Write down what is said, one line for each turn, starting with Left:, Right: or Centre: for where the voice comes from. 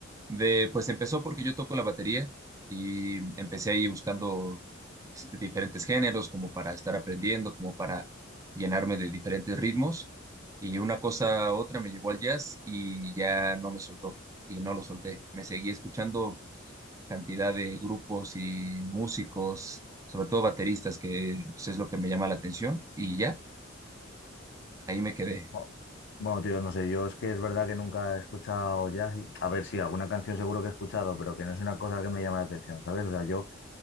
Right: De, pues empezó porque yo toco la batería y empecé ahí buscando s- diferentes géneros como para estar aprendiendo, como para llenarme de diferentes ritmos. Y una cosa a otra me llevó al jazz y ya no me soltó y no lo solté. Me seguí escuchando cantidad de grupos y músicos, sobre todo bateristas, que pues, es lo que me llama la atención y ya. Ahí me quedé.
Left: Bueno, bueno, tío, no sé, yo es que es verdad que nunca he escuchado jazz. y- A ver, sí, alguna canción seguro que he escuchado, pero que no es una cosa que me llame la atención, ¿sabes? O sea, yo